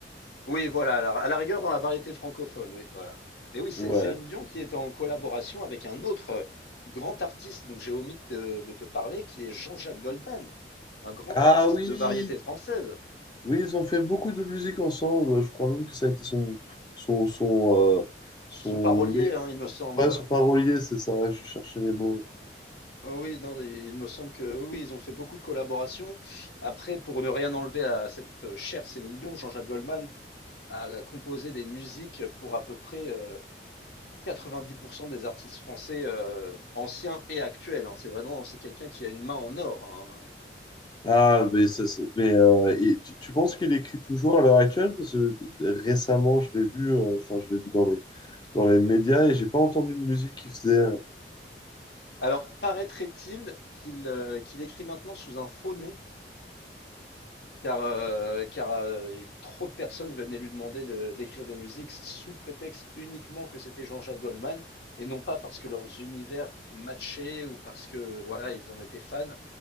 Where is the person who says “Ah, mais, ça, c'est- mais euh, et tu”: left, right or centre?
Left